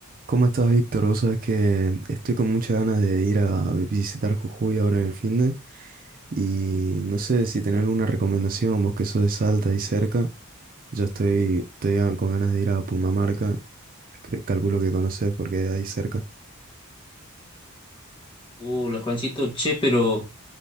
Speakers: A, on the right (about 40°); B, on the left (about 25°).
A: ¿Cómo estás, Víctor? Vos sabés que estoy con muchas ganas de ir a visitar Jujuy ahora en el fin de y no sé si tenés alguna recomendación, vos que sos de Salta y cerca. Yo estoy, estoy a- con ganas de ir a Purmamarca, cre- calculo que conocés porque ahí cerca.
B: Uh, la Juancito, che, pero